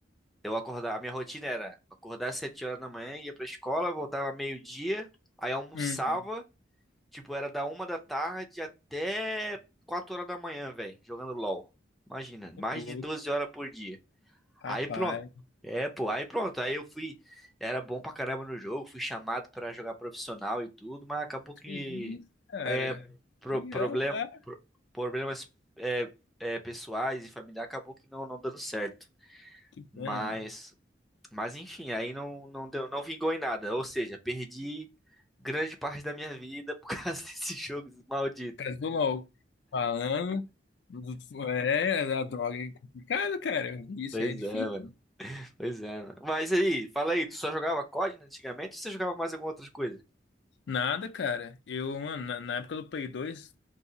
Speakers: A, in the centre; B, on the left.
A: eu acordar, a minha rotina era acordar às 7 horas da manhã, ia pra escola, voltava meio-dia, aí almoçava,
B: Hum.
A: tipo, era da uma da tarde até 4 horas da manhã, velho, jogando LOL. Imagina, mais
B: Ô, louco.
A: de 12 horas por dia.
B: Rapaz.
A: Aí pronto. É, pô, aí pronto. Aí eu fui. Era bom pra caramba no jogo, fui chamado pra jogar profissional e tudo, mas acabou que.
B: Que isso, cara?
A: É, pro-
B: E
A: problem-
B: ah lá,
A: pro- problemas é, é, pessoais e familiares acabou que não, não dando certo.
B: que pena,
A: Mas.
B: mano.
A: Mas enfim, aí não, não deu, não vingou em nada. Ou seja, perdi grande parte da minha vida por <laughs> causa desse jogo maldito.
B: Casou logo. Falando. É, a droga é complicado, cara. Isso
A: Pois
B: é difícil.
A: é, mano. Pois é, mano. Mas aí, fala aí, tu só jogava COD né, antigamente ou você jogava mais alguma outra coisa?
B: Nada, cara. Eu, mano, na, na época do Play 2,